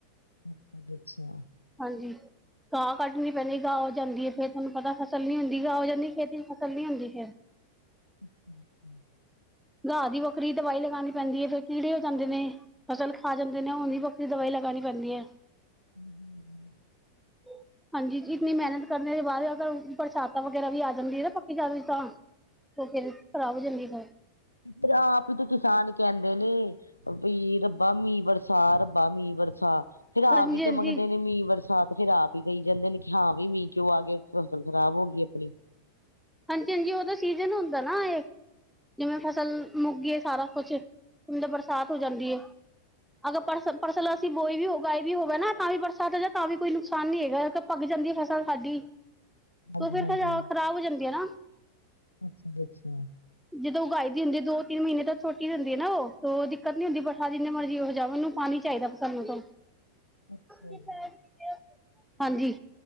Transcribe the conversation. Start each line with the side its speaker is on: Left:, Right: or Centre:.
Left: ਅੱਛਾ ਜੀ ਅੱਛਾ।
Centre: ਹਾਂਜੀ ਗਾਹ ਕੱਢਣੀ ਪੈਂਣੀ ਗਾਹ ਹੋ ਜਾਂਦੀ ਏ ਫੇਰ ਤੁਹਾਨੂੰ ਪਤਾ ਫਸਲ ਨੀ ਹੁੰਦੀ ਗਾਹ ਹੋ ਜਾਂਦੀ ਖੇਤੀ 'ਚ ਫ਼ਸਲ ਨੀ ਹੁੰਦੀ ਫਰ <inaudible>
Left: <inaudible>
Centre: ਗਾਹ ਦੀ ਵੱਖਰੀ ਦਵਾਈ ਲਗਾਣੀ ਪੈਂਦੀ ਏ ਫੇਰ ਕੀੜੇ ਹੋ ਜਾਂਦੇ ਨੇ। ਫਸਲ ਖਾ ਜਾਂਦੇ ਨੇ ਉਹਦੀ ਵੱਖਰੀ ਦਵਾਈ ਲਗਾਣੀ ਪੈਂਦੀ ਏ।
Left: <unintelligible>
Centre: <inaudible> ਹਾਂਜੀ ਜੀ ਇਤਨੀ ਮਿਹਨਤ ਕਰਨ ਦੇ ਬਾਅਦ ਅਗਰ ਬਰਸਾਤਾਂ ਵਗੈਰਾ ਵੀ ਆ ਜਾਂਦੀ ਨਾ ਪੱਕੀ <unintelligible> ਤਾਂ ਉਹ ਫਿਰ, ਖਰਾਬ ਹੋ ਜਾਂਦੀ ਸਾ।
Left: ਫਿਰ ਆਪ ਤੇ ਕਿਸਾਨ ਕਹਿੰਦੇ ਨੇ ਵੀ ਰੱਬਾ ਮੀਂ ਵਰਸਾ ਰੱਬਾ ਮੀਂ ਵਰਸਾ। ਫਿਰ ਆਪ
Centre: ਹਾਂਜੀ
Left: ਵੀ ਤੇ
Centre: ਹਾਂਜੀ
Left: ਮੰਗਦੇ ਨੇ ਮੀਂਹ ਬਰਸਾਤ। ਫਿਰ ਆਪ ਹੀ ਕਹੀ ਜਾਂਦੇ ਨੇ ਕਿ ਹਾਂ ਬੀ ਮੀਂਹ ਕਿਉਂ ਆ ਗਏ ਫਸਲ ਖਰਾਬ ਹੋ ਗਈ ਆਪਣੀ।
Centre: ਹਾਂਜੀ-ਹਾਂਜੀ ਉਹਦਾ ਸੀਜਨ ਹੁੰਦਾ ਨਾ ਇਹ, ਜਿਵੇਂ ਫਸਲ ਮੁਗੀ ਏ ਸਾਰਾ ਕੁਛ। ਅੰਦਰ ਬਰਸਾਤ ਹੋ ਜਾਂਦੀ ਏ। ਅਗ ਪਰਸ-ਪਰਸਲਸ ਦੀ ਬੋਈ ਵੀ ਉਗਾਈ ਵੀ ਹੋਵੇ ਨਾ ਤਾਂ ਵੀ ਬਰਸਾਤ ਹੋ ਜਾਵੇ ਤਾਂ ਵੀ ਕੋਈ ਨੁਕਸਾਨ ਨਹੀਂ ਹੈਗਾ ਪੱਕ ਜਾਂਦੀ ਏ ਫ਼ਸਲ ਸਾਡੀ। ਤੋ
Left: ਹਾਂਜੀ
Centre: ਫਿਰ
Left: ਹਾਂਜੀ
Centre: ਖਜਾ ਖ਼ਰਾਬ ਹੋ ਜਾਂਦੀ ਆ ਨਾ।
Left: ਅੱਛਾ ਜੀ ਅੱਛਾ।
Centre: ਜਦੋਂ ਉਗਾਈ ਦੀ ਹੁੰਦੀ ਏ ਦੋ-ਤਿੰਨ ਮਹੀਨੇ ਤਾਂ ਛੋਟੀ ਹੁੰਦੀ ਏ ਨਾ ਉਹ। ਤੋ ਦਿੱਕਤ ਨੀ ਹੁੰਦੀ ਬਰਸਾਤ ਜਿੰਨੇ ਮਰਜ਼ੀ ਉਹ ਜਾਵੇ ਮੈਨੂੰ ਪਾਣੀ ਚਾਹੀਦਾ ਫਸਲ ਨੂੰ ਤੋ।
Left: ਅੱਛਾ
Centre: <inaudible>
Left: ਜੀ
Centre: ਹਾਂਜੀ,